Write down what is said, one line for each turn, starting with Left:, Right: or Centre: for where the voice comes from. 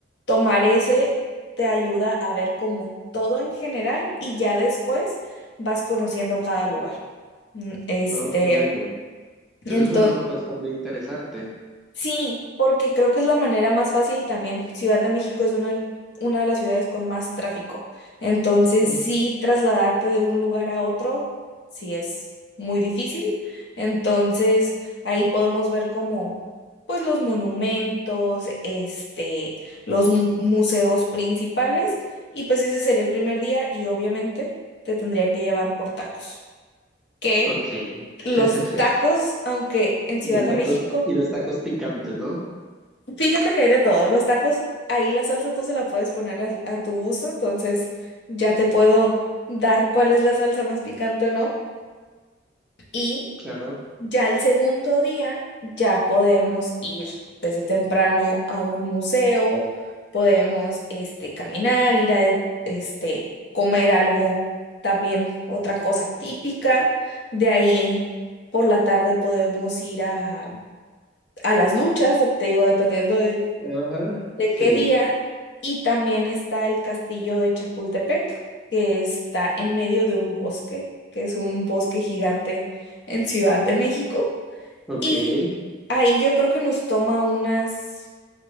Left: tomar ese te ayuda a ver como todo en general y ya después vas conociendo cada lugar. Mm, Este,
Centre: oh, qué bueno.
Left: entonces...
Centre: Esa es una propuesta muy interesante.
Left: Sí, porque creo que es la manera más fácil también. Ciudad de México es una, una de las ciudades con más tráfico. Entonces,
Centre: Uh,
Left: sí, trasladarte de un lugar a otro, sí es muy difícil. Entonces, ahí podemos ver como, pues, los monumentos, este, los mu- museos principales. Y pues ese sería el primer día y obviamente te tendría que llevar por tacos. Que
Centre: Ok. <laughs>
Left: los tacos, aunque en
Centre: Los
Left: Ciudad de
Centre: tacos
Left: México
Centre: y los tacos picantes, ¿no?
Left: Fíjate que hay de todo. Los tacos, ahí la salsa tú se la puedes poner al- a, tu gusto, entonces ya te puedo dar cuál es la salsa más picante o no. Y
Centre: Claro.
Left: ya el segundo día ya podemos ir desde temprano a un museo, podemos este, caminar, ir a este, comer algo también, otra cosa típica. De ahí por la tarde podemos ir a, a las luchas, te digo, dependiendo de
Centre: <laughs> Ajá,
Left: de
Centre: sí.
Left: qué día, y también está el castillo de Chapultepec, que está en medio de un bosque, que es un bosque gigante en Ciudad de México,
Centre: Ok.
Left: y
Centre: En
Left: ahí yo creo que nos toma unas